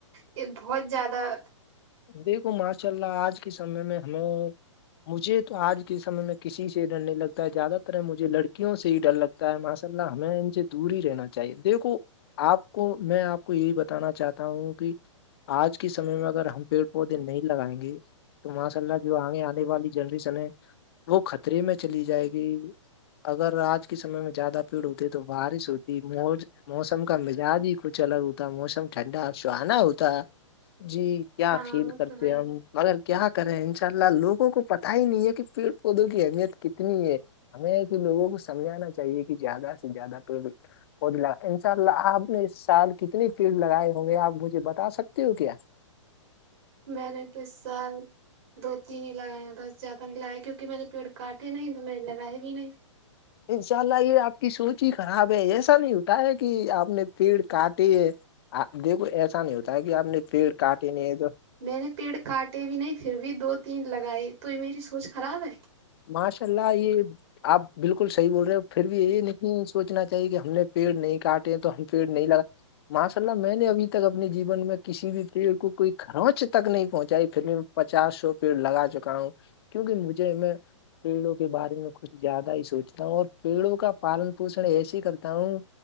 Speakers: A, on the right; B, on the left.
A: یہ بہت زیادہ
B: دیکھو ماشاء اللہ آج کے سمے میں ہمیں مجھے تو آج کے سمے میں کسی سے ڈر نہیں لگتا ہے زیادہ تر ہے مجھے لڑکیوں سے ہی ڈر لگتا ماشاء اللہ ہمیں ان سے دور ہی رہنا چاہیے دیکھو آپ کو میں آپ کو یہی بتانا چاہتا ہوں کہ آج کے سمے میں اگر ہم پیڑ پودے نہیں لگائیں گے تو ماشاء اللہ جو آگے آنے والی جنریشن ہے وہ خطرے میں چلی جائے گی اگر آج کے سمے میں زیادہ پیڑ ہوتی ہے تو بارش ہوتی موج موسم کا مزاج ہی کچھ الگ ہوتا موسم ٹھنڈا سہانا ہوتا جی کیا
A: ہاں
B: فیل
A: وہ
B: کرتے
A: تو ہے
B: ہیں ہم مگر کیا کرے ان شاء اللہ لوگوں کو پتا ہی نہیں ہے کہ پیڑ پودوں کی اہمیت کتنی ہے ہمیں کہ لوگوں کو سمجھانا چاہیے کہ زیادہ سے زیادہ تو ود ان شاء اللہ آپ نے اس سال کتنی پیڑ لگائے ہوں گے آپ مجھے بتا سکتے ہو کیا
A: میں نے تو اس سال دو تین ہی لگائے ہیں بس زیاد نہیں لگایا کیونکہ میرے پیڑ کاٹ ہی نہیں تو میں لگائے بھی نہیں
B: انشاء اللہ یہ آپ کی سوچ ہی خراب ہے ایسا نہیں اٹھا ہے کہ آپ نے پیڑ کاٹے ہے آپ دیکھو ایسا نہیں ہوتا ہے کہ آپ نے پیڑ کاٹے نہیں ہے تو
A: میں نے پیڑ کاٹے بھی نہیں پھر بھی دو تین لگائے تو میری سوچ خراب ہے
B: ماشاء ال یہ آپ بالکل صحیح بول رہے پھر بھی یہ نہیں سوچنا چاہیے کہ ہم نے پیڑ نہیں کاٹے تو ہم پیڑ نہیں لگا ماشاء اللہ میں نے ابھی تک اپنے جیون میں کسی بھی پیڑ کو کوئی خرانچ تک نہیں پہنچائی پھر میں پچاس سو پھر لگا چکا ہوں کیونکہ مجھے میں پیڑوں کے بارے میں کچھ زیادہ ہی سوچتا ہوں اور پیڑوں کا پالن پوشن ایسے کرتا ہوں